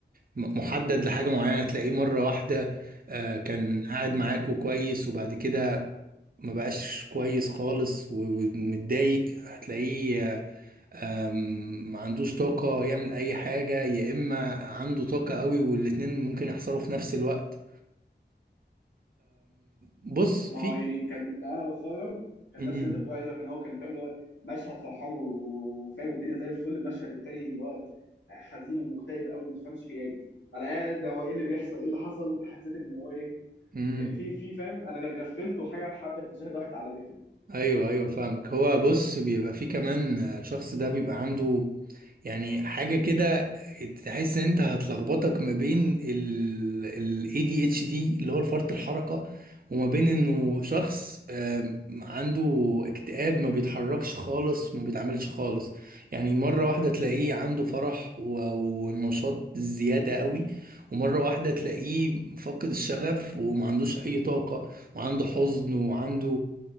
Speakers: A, on the right; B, on the left.
A: م- محدد لحاجة معينة تلاقيه مرة واحدة آه، كان قاعد معاكوا كويس وبعد كده ما بقاش كويس خالص و- ومتضايق هتلاقيه آه، آم، ما عندوش طاقة يعمل أي حاجة يا إما عنده طاقة قوي والاتنين ممكن يحصلوا في نفس الوقت بص
B: ما
A: في
B: هو يعني كان لو انا بتفرج كان
A: مم.
B: نفس اللي انت بتقول عليه ده كان هو كان فاهم اللي هو مشهد فرحان و- و- وفاهم والدنيا زي الفل المشهد التاني اللي هو حزين ومكتئب قوي ما تفهمش فيه يعني انا قاعد هو ايه اللي بيحصل ايه اللي حصل حسيت ان هو ايه
A: مم.
B: ان في في فاهم انا اللي غفلت وحاجه حبه مشاهد راحت عليا
A: ايوه ايوه فاهمك هو بص بيبقى فيه كمان آه، الشخص ده بيبقى عنده يعني حاجة كده تحس ان انت هتلخبطك ما بين ال ال ADHD اللي هو فرط الحركة وما بين انه شخص آم، عنده اكتئاب ما بيتحركش خالص ما بيتعملش خالص يعني مرة واحدة تلاقيه عنده فرح و- ونشاط زيادة قوي ومرة واحدة تلاقيه فاقد الشغف وما عندوش اي طاقة وعنده حزن وعنده